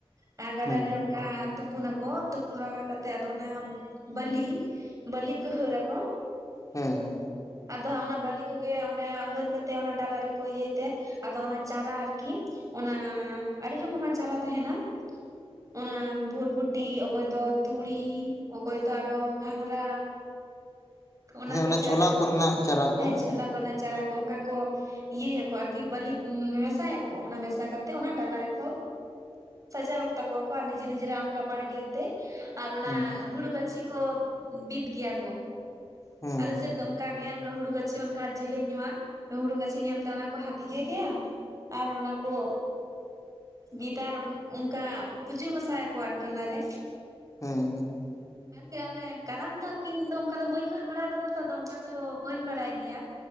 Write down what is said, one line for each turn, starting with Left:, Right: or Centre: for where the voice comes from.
Right: ᱜᱟᱰᱟ
Left: ᱦᱮᱸ
Right: ᱨᱮᱼᱼ ᱠᱟ ᱛᱩᱯᱩᱱᱟᱠᱚ ᱛᱩᱯᱩᱱ ᱵᱟᱲᱟ ᱠᱟᱛᱮᱜ ᱟᱫᱚ ᱚᱱᱟ ᱵᱟᱹᱞᱤᱼᱼ ᱵᱟᱞᱤ ᱠᱚ ᱦᱟᱹᱨᱟ ᱠᱚ᱾
Left: ᱦᱮᱸ᱾
Right: ᱟᱫᱚ ᱦᱟᱜ ᱚᱱᱟ ᱵᱟᱞᱤ ᱠᱚᱜᱮ ᱚᱱᱰᱮ ᱦᱟᱹᱨ ᱠᱟᱛᱮᱼᱼ ᱚᱱᱟ ᱰᱟᱞᱟ ᱨᱮᱠᱚ ᱤᱭᱟᱹᱭ ᱛᱮ ᱟᱫᱚ ᱚᱱᱟ ᱪᱟᱨᱟ ᱟᱨᱠᱤᱼᱼ ᱚᱱᱟ ᱟᱹᱰᱤ ᱨᱚᱠᱚᱢᱟᱜ ᱪᱟᱨᱟ ᱛᱟᱦᱮᱱᱟᱼᱼ ᱚᱱᱟ ᱵᱷᱩᱨᱵᱷᱩᱴᱤ ᱚᱠᱚᱭ ᱫᱚ ᱛᱩᱲᱤ ᱚᱠᱚᱭ ᱫᱚ ᱟᱨᱚ ᱜᱷᱟᱸᱜᱨᱟ᱾ ᱚᱱᱟ
Left: ᱦᱮᱸ
Right: ᱠᱚ ᱪᱟᱨᱟ
Left: ᱪᱷᱳᱞᱟ ᱠᱚᱨᱮᱱᱟᱜ ᱪᱟᱨᱟ ᱠᱚ
Right: ᱦᱮᱸ ᱪᱷᱚᱞᱟ ᱜᱚᱱᱟ ᱪᱟᱨᱟ ᱠᱚ ᱚᱱᱠᱟᱼᱼ ᱠᱚ ᱤᱭᱟᱹᱭᱟᱠᱚ ᱟᱨᱠᱤ ᱵᱟᱹᱞᱤ ᱢᱮᱥᱟᱭᱟᱠᱚ ᱚᱱᱟ ᱢᱮᱥᱟ ᱠᱟᱛᱮ ᱚᱱᱟ ᱰᱟᱞᱟ ᱨᱮᱠᱚᱼᱼ ᱥᱟᱡᱟᱣ ᱟᱠᱛᱟ ᱠᱚ ᱠᱚ ᱟᱨ ᱱᱤᱡᱮ ᱱᱤᱡᱮᱨ ᱟᱱᱠᱟ ᱵᱟᱲᱜᱮ ᱛᱮ᱾ ᱟᱨ ᱚᱱᱟ
Left: ᱦᱮᱸ
Right: ᱦᱩᱲᱩ ᱜᱟᱹᱪᱷᱤ ᱠᱚ ᱵᱤᱫ ᱜᱮᱭᱟ ᱠᱚ
Left: ᱦᱮᱸ
Right: ᱟᱞᱮ ᱥᱮ ᱫᱚ, ᱚᱱᱠᱟ ᱜᱮ ᱚᱱᱠᱟ ᱦᱩᱲᱩ ᱜᱪᱷᱤ ᱚᱱᱠᱟ ᱡᱮᱞᱮᱧ ᱧᱚᱜ ᱟᱜ, ᱦᱩᱲᱩ ᱜᱟᱹᱪᱷᱤ ᱧᱮᱞᱛᱮ ᱚᱱᱟ ᱠᱚ ᱦᱟᱫᱧᱮ ᱜᱮᱭᱟ ᱟᱨ ᱚᱱᱟ ᱠᱚᱼᱼ ᱜᱮᱛᱟᱨ ᱚᱱᱠᱟ ᱯᱩᱡᱟᱹ ᱵᱟᱥᱟᱭᱟᱠᱚ ᱟᱨᱠᱤ ᱚᱱᱟᱨᱮᱼᱼ
Left: ᱦᱩᱸ ᱦᱩᱸ᱾
Right: <unintelligible> ᱟᱨ ᱚᱱᱮ ᱠᱟᱨᱟᱢ ᱫᱚ ᱟᱨᱠᱤ ᱤᱧ ᱫᱚ ᱚᱱᱠᱟ ᱵᱟᱹᱧ ᱦᱟᱹᱨ ᱵᱟᱲᱟ ᱠᱟᱫᱟ ᱛᱚ ᱟᱫᱚ ᱚᱱᱠᱟ ᱫᱚ ᱵᱟᱹᱧ ᱜᱮᱭᱟ᱾